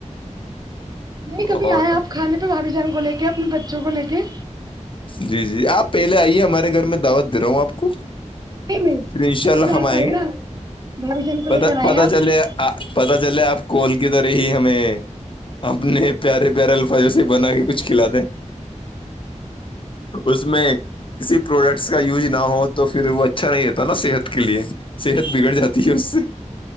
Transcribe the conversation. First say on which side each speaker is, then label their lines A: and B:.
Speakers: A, on the right (about 30°); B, on the left (about 45°).
A: نہیں
B: رہی
A: کبھی
B: اور
A: آئے آپ کھانے پہ بھاابھی جان کو لے کے اپنے بچوں کو لے کے
B: جی جی آپ پہلے آئیے ہمارے گھر میں دعوت دے رہا ہوں آپ کو
A: نہیں نہیں
B: پھر ان شاء اللہ
A: پہلے
B: ہم
A: آپ
B: آئیں
A: آئے
B: گے
A: نا بھابھی جان کو
B: پ
A: لے کر
B: پت
A: آئے آپ
B: چلے آ پتہ چلے آپ کال کی طرح ہی ہمیں اپنے پیارے پیارے الفاظوں سے بنا کے کچھ کھلا دیں اس میں کسی پروڈکٹس کا یوز نہ ہو تو پھر وہ اچھا نہیں ہوتا نا صحت کے لیے صحت بگڑ جاتی ہے اس سے <unintelligible>